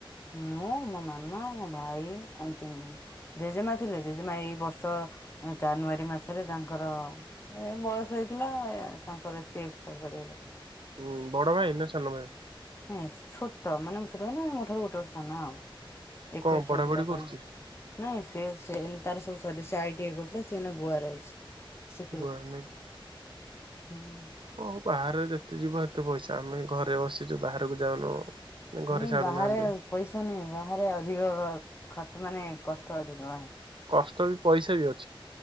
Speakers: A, on the left (about 25°); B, on the right (about 65°).
A: ମୁଁ ମୋ ମାମା ମୋ ଭାଇ ଆମେ ତିନି ଭୋଉଣୀ। ଜେଜେମା ଥିଲେ ଜେଜେମା ଏଇ ବର୍ଷ ଜାନୁଆରୀ ମାସରେ ତାଙ୍କର ଏଇ ବୟସ ହେଇଥୀ ଥିଲା ତାଙ୍କର ସେ ଏକ୍ସେପାର କରି ଗଲେ।
B: ହୁଁ ବଡ ଭାଇ ନା ସାନ ଭାଇ?
A: ନାଇ ଛୋଟ ମାନେ ଛୋଟ ମାନେ ମୋଠାରୁ ଗୋଟେ ବର୍ଷ ସାନ ଆଉ
B: କଣ
A: ଏକୋଇଶ
B: ପଢାପଢି
A: ବର୍ଷ ତାକୁ
B: କରୁଛି
A: ଏନେ। ନାଇଁ ସେ ସେ ଏନେ ତାର ସବୁ ସରି ସେ ଆଇଟିଆଇ କରିଥିଲା ସେ ଏନେ ଗୋଆରେ ଅଛି। ସିକୁରୁଟି
B: ଗୁଆ ନାଇଁ
A: ହୁଁ।
B: ହଉ ବାହାରେ ଯେତେ ଯିବ ହେତେ ପଇସା ଆମେ ଘରେ ବସିଚୁ ବାହାରକୁ ଯାଉନୁ। ଘରେ
A: ନାଇଁ
B: ଛାଡୁନାହାନ୍ତି
A: ବାହାରେ ପଇସା ନାଇଁ ବାହାରେ ଅଧିକ ଖଟ ମାନେ କଷ୍ଟ ଅଧିକ ବାହାରେ।
B: କଷ୍ଟ ବି ପଇସା ବି ଅ